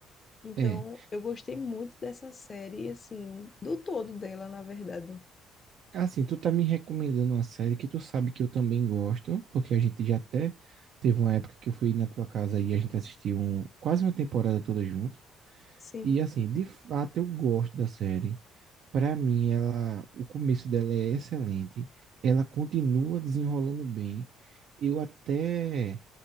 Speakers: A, on the left (about 35°); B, on the right (about 65°).
A: Então,
B: É.
A: eu gostei muito dessa série, assim, do todo dela, na verdade.
B: Assim, tu tá me recomendando uma série que tu sabe que eu também gosto, porque a gente já até teve uma época que eu fui na tua casa e a gente assistiu um- quase uma temporada toda junto.
A: Sim,
B: E assim, de fato eu gosto da série. Para mim, ela, o começo dela é excelente. Ela continua desenrolando bem. Eu até,